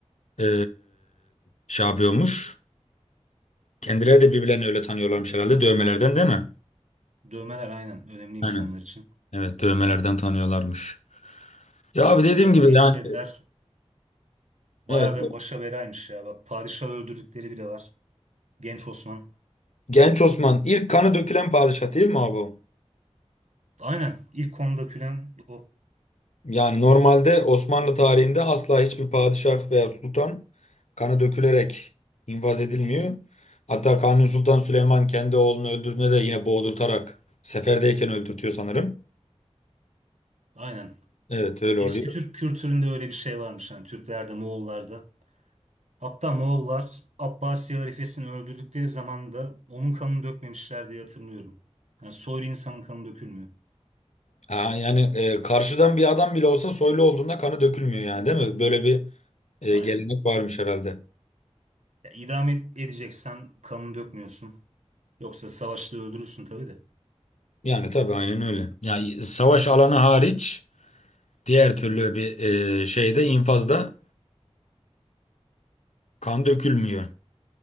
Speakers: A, on the left (about 80°); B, on the right (about 80°).
A: e, şey yapıyormuş. Kendileri de birbirlerini öyle tanıyorlarmış herhalde dövmelerden değil mi?
B: Dövmeler aynen önemliymiş
A: Aynen.
B: onlar için.
A: Evet dövmelerden tanıyorlarmış. Ya abi dediğim
B: Ya
A: gibi
B: bu Yeniçeriler
A: yani
B: Bayağı
A: evet
B: bir başa belaymış ya. Bak padişahı öldürdükleri bile var. Genç Osman.
A: Genç Osman ilk kanı dökülen padişah değil mi abi?
B: Aynen. İlk konuda külen o.
A: Yani normalde Osmanlı tarihinde asla hiçbir padişah veya sultan kanı dökülerek infaz edilmiyor. Hatta Kanuni Sultan Süleyman kendi oğlunu öldürdüğünde de yine boğdurtarak seferdeyken öldürtüyor sanırım.
B: Aynen.
A: Evet öyle
B: Eski
A: oluyor.
B: Türk kültüründe öyle bir şey varmış. Yani Türklerde, Moğollarda. Hatta Moğollar Abbasi halifesini öldürdükleri zaman da onun kanını dökmemişler diye hatırlıyorum. Yani soylu insanın kanı dökülmüyor.
A: Ha, yani e, karşıdan bir adam bile olsa soylu olduğunda kanı dökülmüyor yani değil mi? Böyle bir e,
B: Aynen.
A: gelenek varmış herhalde.
B: Ya, idam et- edeceksen kanını dökmüyorsun. Yoksa savaşta öldürürsün tabii de.
A: Yani tabii aynen öyle. Yani savaş alanı hariç diğer türlü bir e, şeyde infazda Kan dökülmüyor.